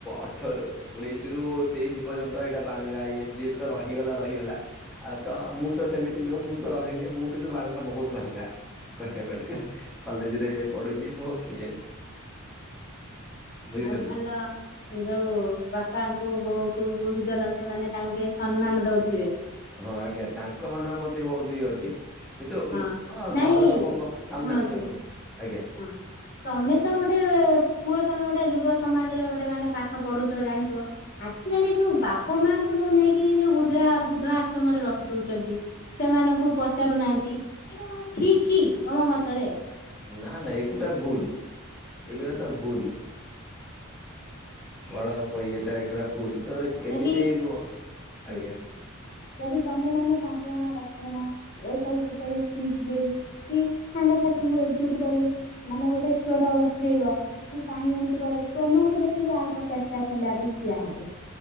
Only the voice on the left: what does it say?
ଭଲ ଯୋଉ ବାପାଙ୍କୁ ବହୁ ଗୁରୁଜନ ସେମାନେ ତାଙ୍କୁ ଟିକେ ସମ୍ମାନ ଦଉଥିବେ।
ହଁ ନାଇଁ
ଶୁଣନ୍ତୁ
ହଁ ତମେ ତ ଗୋଟେ ପୁଅ ତମେ ଗୋଟେ ଯୁବ ସମାଜରେ ଗୋଟେ ମାନେ ପାଠ ପଢୁଛ ଜାଣିଛ ଆଜିକାଲି ଯୋଉ ବାପା ମାଙ୍କୁ ଯୋଉ ନେଇକରି ଯୋଉ ବୁଦ୍ଧା ବୁଦ୍ଧ ଆଶ୍ରମରେ ରଖି ଦଉଛନ୍ତି ସେମାନଙ୍କୁ ପଚାରୁନାହାନ୍ତି। କି ଏଇଟା କଣ ଠିକ୍‌ କି ତମ ମତରେ?
ଯଦି
ହୁଁ।
ଯଦି ତମେ ମାନେ ପାଞ୍ଚ ଜଣ ଦଶ ଜଣ ଏସବୁ ବିଷୟରେ ଠିକ୍ ହେଇ କି ସାଙ୍ଗସାଥି କ ଏକଜୁଟ କରି ମାନେ ଗୋଟେ ସେ ଉଠେଇବ କି କାହିଁ ଏମିତି କର ତମକୁ ଦେଖିକି ଆଉ ପଚାଶଟା ପିଲା ବି ଠିଆ ହେବେ।